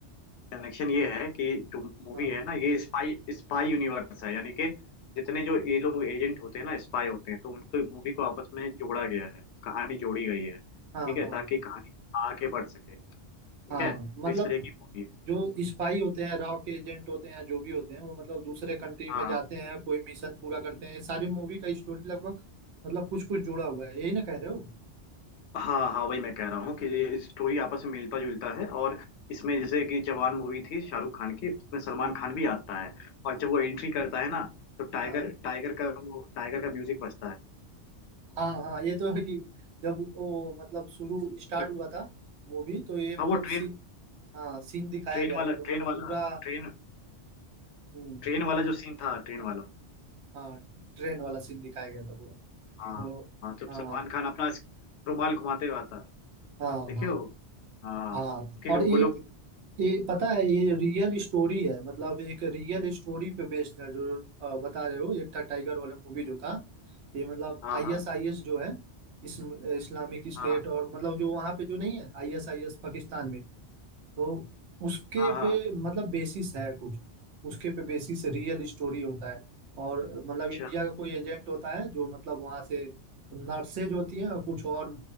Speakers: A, on the left (about 75°); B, on the right (about 70°).
A: कनेक्शन ये है कि जो मूवी
B: हाँ
A: है ना ये स्पाई स्पाई यूनिवर्स है यानी कि जितने जो ये लोग एजेंट होते हैं ना स्पाई होते हैं तो उनके मूवी को आपस में जोड़ा गया है कहानी जोड़ी गई है ठीक
B: हाँ
A: है
B: हाँ
A: ताकि कहानी आगे बढ़ सके ठीक
B: हाँ
A: है तो
B: मतलब
A: इस तरह की मूवी है
B: जो स्पाई होते हैं रॉ के एजेंट होते हैं जो भी होते हैं वो मतलब दूसरे कंट्री
A: हाँ
B: में जाते हैं कोई मिशन पूरा करते हैं ये सारी मूवी का स्टोरी लगभग मतलब कुछ कुछ जुड़ा हुआ है यही ना कह रहे हो
A: हाँ हाँ वही मैं कह रहा हूँ कि ये स्टोरी आपस में मिलता जुलता है और इसमें जैसे कि जवान मूवी थी शाहरुख खान की उसमें सलमान
B: हम्म।
A: खान भी आता है और जब वो एंट्री करता है ना तो टाइगर
B: हाँ
A: टाइगर का वो टाइगर का म्यूजिक बजता है
B: हाँ हाँ ये तो है कि जब वो मतलब शुरू स्टार्ट
A: वो-
B: हुआ था मूवी तो ये मतलब
A: हाँ वो
B: सीन
A: ट्रेन
B: हाँ सीन दिखाया
A: ट्रेन
B: गया
A: वाला
B: था तो
A: ट्रेन
B: मतलब
A: वाला
B: पूरा
A: ट्रेन
B: हम्म
A: ट्रेन वाला जो सीन था ट्रेन वाला
B: हाँ ट्रेन वाला सीन दिखाया गया था पूरा
A: हाँ
B: तो
A: हाँ जब
B: हाँ
A: सलमान खान अपना रुमाल घुमाते हुए आता है
B: हाँ
A: देखे
B: हाँ
A: हो हाँ
B: हाँ
A: फिर
B: और
A: वो
B: ये
A: लोग
B: ये पता है ये रियल स्टोरी है मतलब एक रियल स्टोरी पे बेस्ड है जो अ, बता रहे हो एक था टाइगर वाला मूवी जो था ये मतलब
A: हाँ
B: आईएसआईएस
A: हाँ
B: जो है इस इस्लामिक स्टेट
A: हाँ
B: और मतलब जो वहाँ पे जो नहीं है आईएसआईएस पाकिस्तान में तो उसके
A: हाँ हाँ
B: पे मतलब बेसिस है कुछ उसके पे बेसिस रियल स्टोरी होता है और मतलब इंडिया
A: अच्छा
B: का कोई एजेंट होता है जो मतलब वहाँ से नर्सेज होती हैं और कुछ और